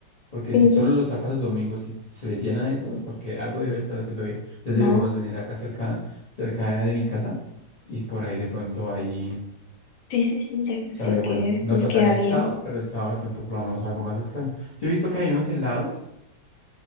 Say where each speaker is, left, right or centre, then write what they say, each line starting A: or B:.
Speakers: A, on the left (about 65°); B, on the left (about 90°).
A: Porque
B: mm,
A: si solo lo saca los domingos y se le llena eso, es porque algo debe estar haciendo bien. Entonces
B: no.
A: deberíamos venir acá cerca, cerca de mi casa y por ahí de pronto hay...
B: Sí, sí, sí, ya sí
A: Sabe, bueno,
B: que
A: nos
B: nos
A: faltaría
B: queda
A: el
B: bien.
A: sábado, pero el sábado de pronto probamos algo más extraño. Yo he visto que hay unos helados,